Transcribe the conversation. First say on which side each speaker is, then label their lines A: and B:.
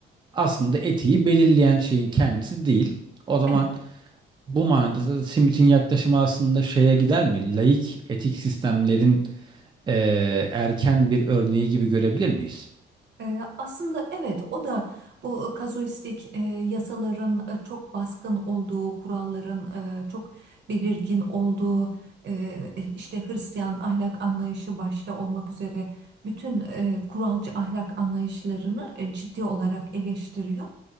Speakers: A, on the right; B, on the right.
A: aslında etiği belirleyen şeyin kendisi değil. O zaman
B: evet.
A: bu manada da Smith'in yaklaşımı aslında şeye gider mi? Laik etik sistemlerin e, erken bir örneği gibi görebilir miyiz?
B: Ee, Aslında evet o da bu kazuistik e, yasaların e, çok baskın olduğu, kuralların e, çok belirgin olduğu, e, işte Hristiyan ahlak anlayışı başta olmak üzere bütün e, kuralcı ahlak anlayışlarını e, ciddi olarak eleştiriyor.